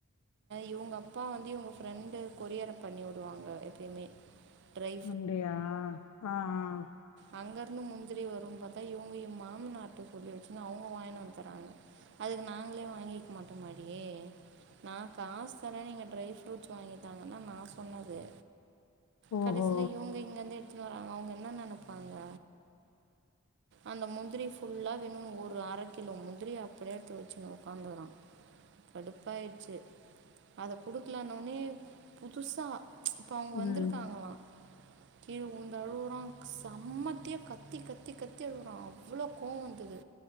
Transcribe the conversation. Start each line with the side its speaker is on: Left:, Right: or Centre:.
Right: இவங்க அப்பா வந்து இவங்க ஃப்ரெண்டு கொரியர பண்ணி விடுவாங்க எப்பயுமே ட்ரை
Left: அப்பிடியா ஆஹ்ஹ்
Right: அங்கிருந்து முந்திரி வருனு பாத்தா இவங்க என் மாமனார்ட்ட சொல்லி வெச்சுஅவுங்க வாங்கி வந்து தர்ராங்க அதுக்கு நாங்களே வாங்கிக்க மாட்டோ இங்யே நா காசு தரேன் நீங்க ட்ரை ஃப்ரூட்ஸ் வாங்கித்தாங்கனு நா சொன்னது
Left: ஓஹோ
Right: கடைசியில இவுங்க இங்கிந்து எடுத்து வர்ராங்க அவங்க என்ன நெனப் பாங்க அந்த முந்திரி ஃபுல்லா வேணுனு ஒரு அரை கிலோ முந்திரி அப்படியே எத்து வெச்சுனுஉக்காந்துக்குறா கடுப்பாயிடுச்சு அத குடுக்கலன ஒன்னே புதுசா ப்ச் இப்போ அவுங்க வந்திருக்காங்ளா
Left: ம்
Right: கீழ விளுந்து அழுகுறா சம்மத்தியா கத் தி கத்தி கத்தி அழுறா அவ்ளோ கோவோ வந்தது